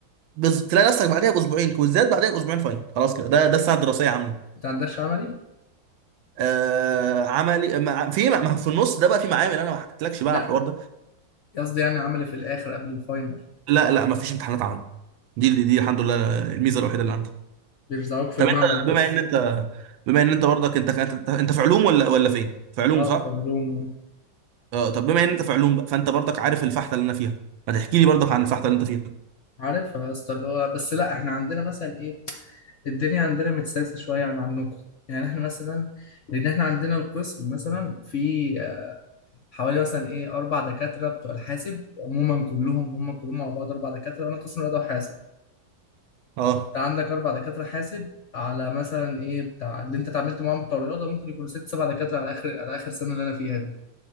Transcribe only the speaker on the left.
انت عندكش عملي؟
لا
قصدي يعني عملي في الاخر قبل الفاينل
بيرزعوك في
المعمل
بس
اه
في علوم آه.
عارفها يا اسطى اللي هو بس لا احنا عندنا مثلا ايه الدنيا عندنا متسلسه شويه عن عنكم يعني احنا مثلا لان احنا عندنا القسم مثلا في آه، حوالي مثلا ايه اربع دكاتره بتوع الحاسب عموما كلهم هم كلهم على بعض اربع دكاتره وانا قسم رياضه وحاسب
انت عندك اربع دكاتره حاسب على مثلا ايه بتاع اللي انت اتعاملت معاهم بتوع الرياضه ممكن يكونوا ست سبع دكاتره على اخر على اخر سنه اللي انا فيها دي